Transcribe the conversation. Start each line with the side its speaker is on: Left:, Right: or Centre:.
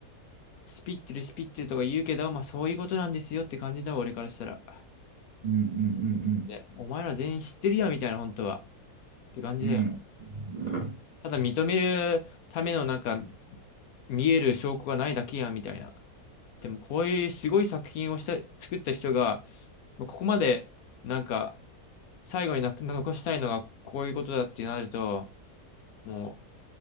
Left: スピッツル、スピッツルとか言うけど、まあそういうことなんですよって感じだわ、俺からしたら。
Right: うんうん
Left: ね、お前ら全員知ってるやんみたいな、本当は。って感じだよ。
Right: うんうん。うん。
Left: ただ認めるためのなんか、見える証拠がないだけやんみたいな。でもこういうすごい作品をした、作った人が、まあここまで、なんか、最後にな残したいのがこういうことだってなると、もう、